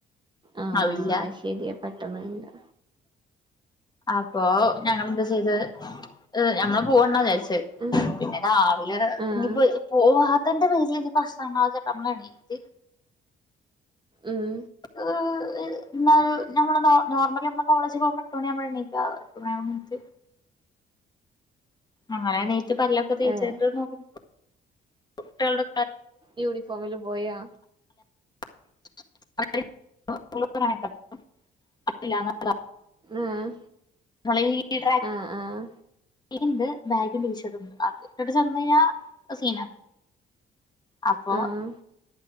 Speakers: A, on the right (about 25°); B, on the left (about 20°).
A: ആഹ്
B: അതില്ല
A: ആഹ് അത് ശരിയാ പെട്ടെന്ന് കിട്ടാ
B: അപ്പൊ ഞങ്ങളെന്താ ചെയ്തെ ഞമ്മള് പോവണ്ട വിചാരിച്ച്
A: ഉം
B: <unintelligible> പിന്നെ അതാ <unintelligible>
A: ആഹ്
B: ഇനിപ്പോ പോവാത്തെന്റെ പേരിൽ ഇനി പ്രശ്നണ്ടാവണ്ടാച്ച് നമ്മള് എണീറ്റ്
A: ഉം
B: ഏഹ് ന് ഞമ്മള് നോ നോർമലി ഞമ്മള് കോളേജിൽ പോകുമ്പോ എട്ട് മണിയാവുമ്പഴാ എണീക്കാ എട്ട് മണിയാവുമ്പം എന്നീറ്റ് അങ്ങനെ എണീറ്റ് പല്ലൊക്കെ തേച്ചിട്ടു
A: ഏഹ്
B: നോ <unintelligible> കുട്ടികൾടെ
A: യൂണിഫോമില് പോയാ
B: <unintelligible>
A: ആഹ്
B: മ്മളീ <unintelligible>
A: ആഹ് ആഹ്
B: <unintelligible> ഇണ്ട് ബാഗിയും ടീഷർട്ടും അത് ഇട്ടിട്ട് ചെന്ന് കഴിഞ്ഞാ സീന അപ്പൊ
A: ആഹ്